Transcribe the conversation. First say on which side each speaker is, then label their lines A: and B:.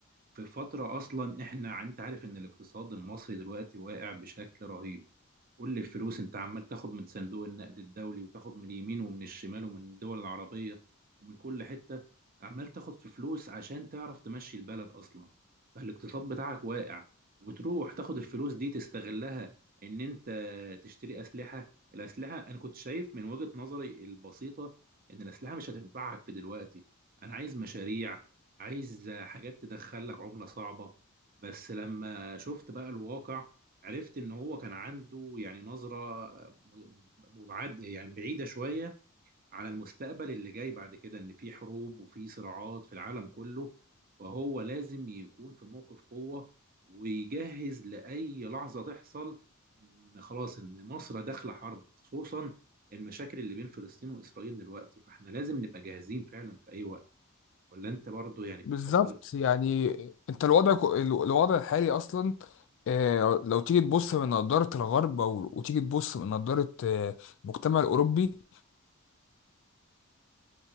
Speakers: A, on the right; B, on the left.
A: في فترة أصلا إحنا أنت عارف إن الاقتصاد المصري دلوقتي واقع بشكل رهيب كل الفلوس أنت عمال تاخد من صندوق النقد الدولي وتاخد من اليمين ومن الشمال ومن الدول العربية ومن كل حتة عمال تاخد في فلوس عشان تعرف تمشي البلد أصلا فالاقتصاد بتاعك واقع وتروح تاخد الفلوس دي تستغلها إن أنت تشتري أسلحة الأسلحة أنا كنت شايف من وجهة نظري البسيطة إن الأسلحة مش هتنفعك في دلوقتي أنا عايز مشاريع عايز حاجات تدخل لك عملة صعبة بس لما شفت بقى الواقع عرفت ان هو كان عنده يعني نظرة مبعد يعني بعيدة شوية على المستقبل اللي جاي بعد كده ان في حروب وفي صراعات في العالم كله فهو لازم يكون في موقف قوة ويجهز لأي لحظة تحصل ان خلاص ان مصر داخلة حرب خصوصا المشاكل اللي بين فلسطين وإسرائيل دلوقتي فاحنا لازم نبقى جاهزين فعلا في أي وقت ولا انت برضو يعني بتفكر
B: بالظبط
A: ازاي
B: يعني انت الوضع كو- الو- الوضع الحالي اصلا آه، لو تيجي تبص من نظارة الغرب او وتيجي تبص من نظارة آه، المجتمع الاوروبي